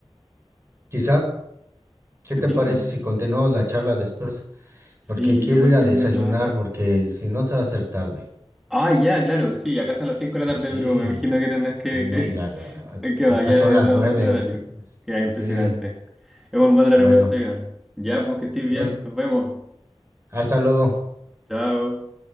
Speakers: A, on the right (about 25°); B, in the centre.
A: Quizá, ¿qué
B: ¿Te
A: te
B: tinca?
A: parece si continuamos la charla después?
B: Sí,
A: Porque quiero
B: yo igual
A: ir a
B: tengo
A: desayunar,
B: que trabajar.
A: porque si no se va a hacer tarde.
B: Ah, ya, claro, sí, acá son las cinco de la tarde,
A: Sí,
B: pero me imagino que tendrás que,
A: y no, ya, a-
B: que, <laughs> que vaya
A: acá son
B: de
A: las
B: otro,
A: nueve.
B: otro horario, que es impresionante.
A: Sí,
B: Es un buen horario
A: bueno,
B: para desayunar. Ya, pues que estés bien,
A: nos-
B: nos vemos.
A: hasta luego.
B: Chao.